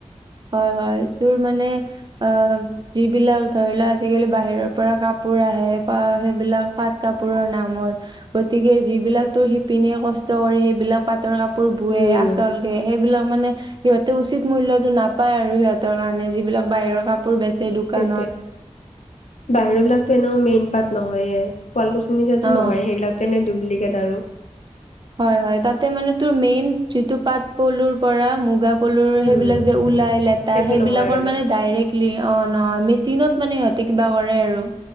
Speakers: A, on the right; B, on the left.
A: হয় হয়, তোৰ মানে অ'। যিবিলাক ধৰি লও আজিকালি বাহিৰৰ পৰা কাপোৰ আহে প সেইবিলাক পাট কাপোৰৰ নামত। গতিকে যিবিলাক তোৰ শিপিনীয়ে কষ্ট কৰে সেইবিলাক। পাটৰ কাপোৰ বোৱে
B: উম
A: আচল কে সেইবিলাক মানে সিহঁতে উচিত মূল্যটো নাপ। পায় আৰু সিহঁতৰ কাৰণে যিবিলাক বাহিৰৰ কাপোৰ বেচে দোকানত।
B: সেইটোৱে বাহিৰৰ বিলাকতো এনেও মেইন পাত নহয়ে, শুৱালকুছিৰ নিচিনা টো
A: অ
B: নহয়ে সেইবিলাক। তেনে ডুপ্লিকেত আৰু।
A: হয় হয়, তাতে মানে তোৰ মেইন যিটো পাট পলুৰ পৰা মুগা। সকলোৰ
B: উম
A: সেইবিলাক যে ওলাই লেতা
B: সেইটো
A: সেইবিলাকৰ
B: নহয় আৰু
A: মানে ডাইৰেক্ট। অ' নহয় মেচিনত মানে সিহঁতে কিবা কৰে আৰু।